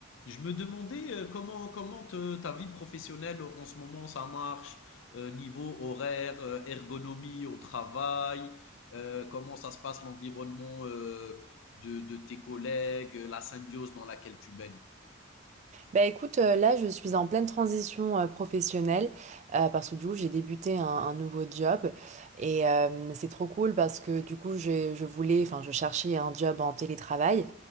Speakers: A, on the left; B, on the right.
A: Je me demandais euh, comment comment te- ta vie professionnelle en ce moment ça marche euh, niveau horaire, euh, ergonomie au travail, euh, comment ça se passe l'environnement euh, de, de tes collègues, euh, la symbiose dans laquelle tu baignes.
B: Bah écoute, euh, là je suis en pleine transition euh, professionnelle euh, parce que du coup j'ai débuté un, un nouveau job et euh, c'est trop cool parce que du coup je, je voulais, enfin je cherchais un job en télétravail